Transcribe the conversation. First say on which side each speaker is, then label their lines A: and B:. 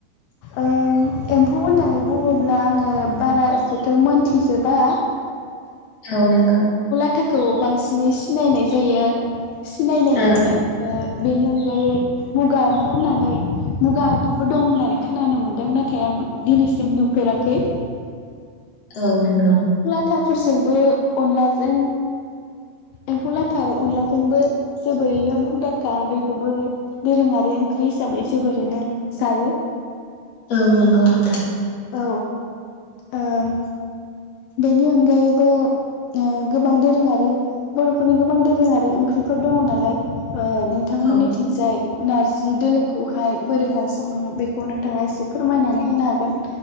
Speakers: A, on the left; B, on the left.
A: ओम एम्फौ होननानै बुङोब्ला आङो बारा एसेथ' मोनथिजोबा
B: औ नोंगौ।
A: थाखाखौ बांसिनै सिनायनाय जायो सिनायनाय
B: औ
A: मोनो ओ बेनि अनगायै मुगा एम्फौ होननानै मुगा एम्फौबो दं होननानै खोनानो मोन्दों नाथाय आं दिनैसिम नुफेराखै
B: औ नंगौ।
A: फिथाफोरजोंबो अनलाजों एम्फौ लाथार अनलाजोंबो जोबोरैनो मुंदांखा बेखौबो दोरोङारि ओंख्रि हिसाबै जोबोरैनो जायो।
B: औ नंगौ नोंथां।
A: औ ओं। बेनि अनगायैबो ओ गोबां दोरोङारि बर'फोरनि गोबां दोरोङारि ओंख्रिफोर दङ नालाय ओ नोंथांमोननिथिंजाय
B: औ
A: नारजि दोलोखौहाय बोरैहाय सङो बेखौ नोंथाङा एसे फोरमायनानै होनो हागोन